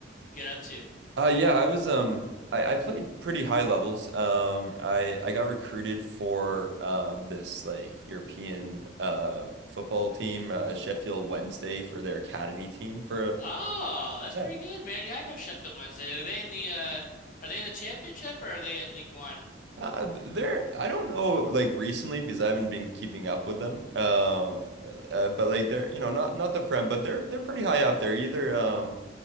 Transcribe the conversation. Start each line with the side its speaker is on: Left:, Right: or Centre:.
Left: get up to?
Right: Uh, yeah, I was um I, I played pretty high levels. Um, I I got recruited for um this like European uh football team, uh, Sheffield Wednesday for their academy team for
Left: Oh, that's
Right: yeah.
Left: pretty good, man. Yeah, I know Sheffield Wednesday. Are they in the uh are they in the championship or are they in League One?
Right: Uh, th- there, I don't know, like recently because I haven't been keeping up with them. Um, uh, but like they're, you know, not not the Prem, but they're they're pretty high up there. Either, um,